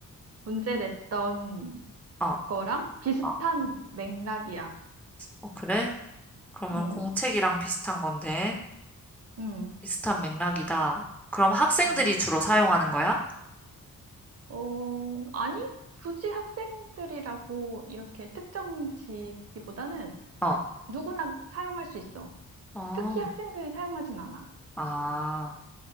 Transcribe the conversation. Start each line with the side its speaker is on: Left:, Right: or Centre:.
Right: 문제 냈던
Centre: 어,
Right: 거랑 비슷한
Centre: 어,
Right: 맥락이야.
Centre: 어, 그래? 그러면
Right: 응,
Centre: 공책이랑 비슷한 건데,
Right: 응,
Centre: 비슷한 맥락이다. 그럼 학생들이
Right: 응.
Centre: 주로 사용하는 거야?
Right: 어, 아니, 굳이 학생들이라고 이렇게 특정지기보다는
Centre: 어,
Right: 누구나 사용할 수 있어.
Centre: 어,
Right: 특히 학생들이 사용하진 않아.
Centre: 아.